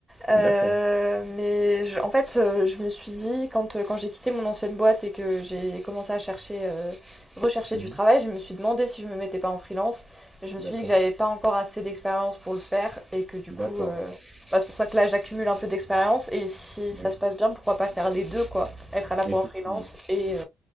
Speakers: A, in the centre; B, on the right.
A: Euh,
B: D'accord.
A: mais je- en fait, euh, je me suis dit, quand, euh, quand j'ai quitté mon ancienne boîte et que j'ai commencé à chercher, euh, rechercher
B: Mhm.
A: du travail, je me suis demandé si je me mettais pas en freelance. Mais je me
B: D'accord.
A: suis dit que j'avais pas encore assez d'expérience pour le faire et que du
B: D'accord.
A: coup, euh, bah, c'est pour ça que là, j'accumule un peu d'expérience. Et si
B: Oui.
A: ça se passe bien, pourquoi pas faire les deux, quoi? Être à la fois
B: effectivement
A: en freelance et euh,